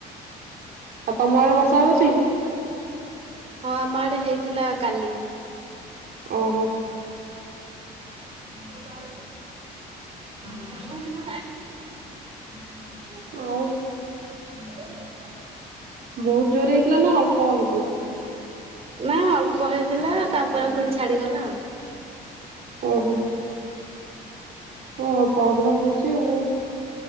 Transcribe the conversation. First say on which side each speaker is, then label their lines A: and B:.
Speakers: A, on the right; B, on the right.
A: ଆଉ ତମ ଆଡେ ବର୍ଷା ହୋଉଚି?
B: ହଁ ଆମ ଆଡେ ହେଇଥିଲା କାଲି।
A: ଓହୋ
B: <inaudible>
A: ଆଉ।
B: <inaudible>
A: ବହୁତ୍ ଜୋରେ ହେଇଥିଲା ନା ଅଳ୍ପ ହେଇଥିଲା?
B: ନା ଅଳ୍ପ ହେଇଥିଲା ତାପରେ ପୁଣି ଛାଡିଗଲା ଆଉ।
A: ଓହୋ ହଁ ଅଳ୍ପ ଅଳ୍ପ ତ ହୋଉଚି ଆଉ।